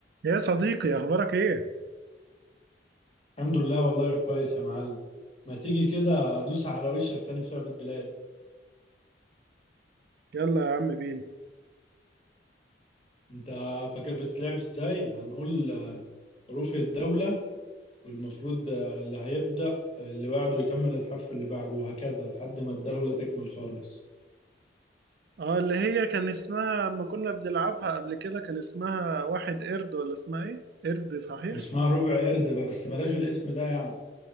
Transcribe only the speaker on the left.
الحمد لله والله كويس يا معلم ما تيجي كده ادوس على وشك تاني في لعبة بلاد
انت فاكر بتتلعب ازاي هنقول آه، حروف الدولة والمفروض آه، اللي هيبدأ اللي بعده يكمل الحرف اللي بعده وهكذا لحد ما الدولة تكمل خالص
اسمها ربع قرد بس بلاش الاسم ده يعني